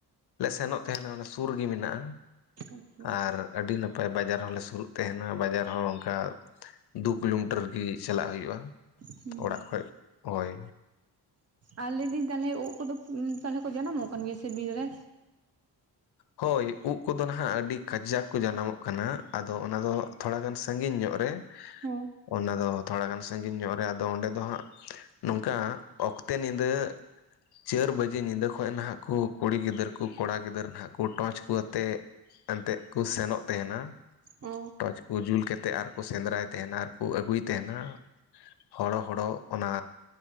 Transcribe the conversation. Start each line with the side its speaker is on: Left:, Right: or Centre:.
Left: ᱞᱮ ᱥᱮᱱᱚᱜ ᱛᱟᱸᱦᱮᱱᱟ ᱚᱱᱟ ᱥᱩᱨ ᱜᱤ ᱢᱮᱱᱟᱜᱼᱟ,
Right: ᱟᱪᱪᱷᱟ
Left: ᱟᱨ ᱟᱹᱰᱤ ᱱᱟᱯᱟᱭ ᱵᱟᱡᱟᱨ ᱦᱚᱸᱞᱮ ᱥᱩ ᱨᱩᱜ ᱛᱮᱦᱮᱱᱟ ᱵᱟᱡᱟᱨ ᱦᱚᱸ ᱚᱱᱠᱟ ᱫᱩ ᱠᱤᱞᱳᱢᱤᱴᱟᱨ ᱜᱤ ᱪᱟᱞᱟᱜ ᱦᱩᱭᱩᱜᱼᱟ᱾
Right: ᱦᱩᱸ
Left: ᱚᱲᱟᱜ ᱠᱷᱚᱡ ᱦᱳᱭ᱾
Right: ᱟᱨ ᱞᱟᱹᱭ ᱫᱤᱧ ᱛᱟᱦᱞᱮ ᱩᱫ ᱠᱚᱫᱚ ᱛᱟᱞᱦᱮ ᱠᱚ ᱡᱟᱱᱟᱢᱚᱜ ᱠᱟᱱ ᱜᱮᱭᱟ? ᱥᱮ ᱵᱤᱨ ᱨᱮ
Left: ᱦᱳᱭ ᱩᱜ ᱠᱚᱫᱚ ᱱᱟᱦᱟᱜ ᱟᱰᱤ ᱠᱟᱡᱟᱠ ᱠᱚ ᱡᱟᱱᱟᱢᱚᱜ ᱠᱟᱱᱟ, ᱟᱫᱚ ᱚᱱᱟ ᱫᱚᱼᱼ ᱛᱷᱚᱲᱟᱜᱟᱱ ᱥᱟᱹᱜᱤᱧ ᱧᱚᱜ ᱨᱮ
Right: ᱦᱮᱸ
Left: ᱚᱱᱟ ᱫᱚ ᱛᱷᱚᱲᱟ ᱜᱟᱱ ᱥᱟᱹᱜᱤᱧ ᱧᱚᱜ ᱨᱮ ᱟᱫᱚ ᱚᱸᱰᱮ ᱫᱚ ᱦᱟᱸᱜᱼᱼ ᱱᱚᱝᱠᱟ ᱚᱠᱛᱮ ᱱᱤᱫᱟᱹ᱾ ᱪᱟᱹᱨ ᱵᱟᱡᱮ ᱧᱤᱫᱟᱹ ᱠᱷᱚᱡ ᱱᱟᱦᱟᱜ ᱠᱩ ᱠᱩᱲᱤ ᱜᱤᱫᱟᱹᱨ ᱠᱩ ᱠᱚᱲᱟ ᱜᱤᱫᱟᱹᱨ ᱱᱟᱦᱟᱜᱼᱼ ᱠᱩ ᱴᱚᱪ ᱠᱩ ᱟᱛᱮᱜ ᱮᱱᱛᱮᱜ ᱠᱚ ᱥᱮᱱᱚᱜ ᱛᱮᱦᱮᱱᱟ᱾
Right: ᱚ
Left: ᱴᱚᱪ ᱠᱚ ᱡᱩᱞ ᱠᱮᱛᱮᱫ ᱟᱨ ᱠᱚ ᱥᱮᱸᱫᱽᱨᱟᱭ ᱛᱮᱦᱮᱱᱟ ᱟᱨᱠᱩ ᱟᱹᱜᱩᱭ ᱛᱮᱦᱮᱱᱟ᱾ ᱦᱚᱲᱚ ᱦᱚᱲᱚᱜ ᱚᱱᱟ